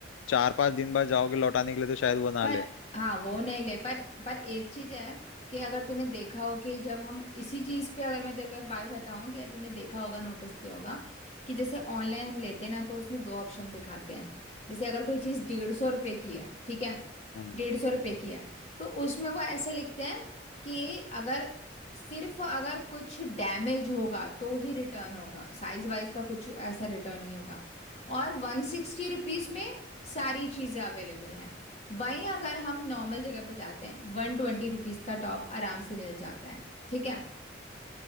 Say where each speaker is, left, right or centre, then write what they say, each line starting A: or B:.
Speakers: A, on the left; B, on the left.
A: चार पांच दिन बाद जाओगे लौटाने के लिए तो शायद वो ना
B: पर
A: ले
B: हाँ वो नहीं ले पर पर एक चीज है कि अगर तूने देखा हो कि जब हम इसी चीज पे अगर मैं तेरे को एक बात बताऊं कि तूने देखा होगा नोटिस किया होगा कि जैसे ऑनलाइन हम लेते हैं ना तो इसमें दो ऑप्शन दिखाते हैं जैसे अगर कोई चीज डेढ़ सौ रुपए की है ठीक है
A: हाँ
B: डेढ़ सौ रुपये की है तो उसमें वो ऐसे लिखते हैं कि अगर सिर्फ अगर कुछ डैमेज होगा तो ही रिटर्न होगा साइज वाइज का कुछ ऐसा रिटर्न नहीं होगा और वन सिक्सटी रुपीज़ में सारी चीज़ें अवेलेबल हैं वहीं अगर हम नॉर्मल जगह पे जाते हैं वन ट्वेंटी रुपीज़ का टॉप आराम से मिल जाता है ठीक है